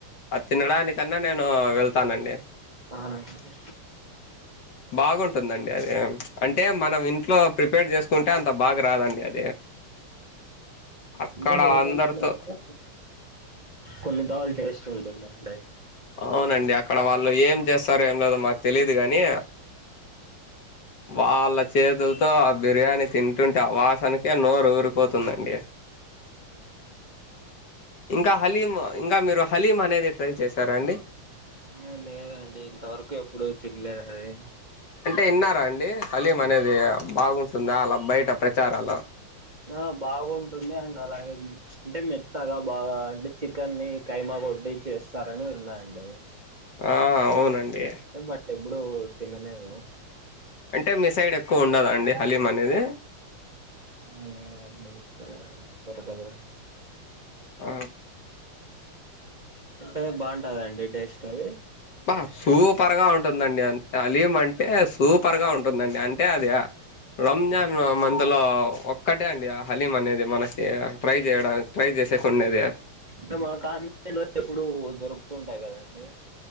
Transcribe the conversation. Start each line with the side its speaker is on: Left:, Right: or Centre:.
Left: ఆ తినడానికన్నా నేను వెళ్తానండి
Right: అవునా అండి
Left: బాగుంటుందండి అది అంటే మనం ఇంట్లో ప్రిపేర్ చేసుకుంటే అంత బాగా రాదండి అది అక్కడ
Right: అంటే హోటల్స్
Left: అందరితో
Right: లో అయితే కొన్ని దాల్ టేస్ట్ ఉంటుందండి
Left: అవునండి అక్కడ వాళ్ళు ఏం చేస్తారు ఏం లేదో మాకు తెలియదు గాని వాళ్ళ చేతులతో ఆ బిర్యానీ తింటుంటే ఆ వాసనకే నోరూరిపోతుందండి. ఇంకా హలీం ఇంకా మీరు హలీం అనేది ట్రై చేసారా అండి
Right: ఆ లేదండి ఇంతవరకు ఎప్పుడు తినలేదది
Left: అంటే ఇన్నారా అండి హలీం అనేది బాగుంటుందా అలా బయట ప్రచారాలు
Right: ఆ బాగుంటుంది అండ్ అలాగే అంటే మెత్తగా బాగా అంటే చికెన్ని కైమా కొడ్డి చేస్తారని విన్నా అండి
Left: ఆ అవునండి
Right: బట్ ఎప్పుడూ తినలేదు
Left: అంటే మీ సైడ్ ఎక్కువుండదా అండి హలీం అనేది
Right: ఆ లేదండి దొరకదు
Left: ఆ
Right: అంటే బాంటాద అండి టేస్ట్ అది
Left: బా సూపర్ గా ఉంటుందండి అంతే అలీం అంటే సూపర్ గా ఉంటుందండి అంటే అది రంజాన్లో మందలో ఒక్కటే అండి ఆ హలీం అనేది మనకి ట్రై చేయడాని ట్రై చేసేకుండేది
Right: అంటే మన <unintelligible> లో ఎప్పుడు దొరుకుతుంటాయి కదండి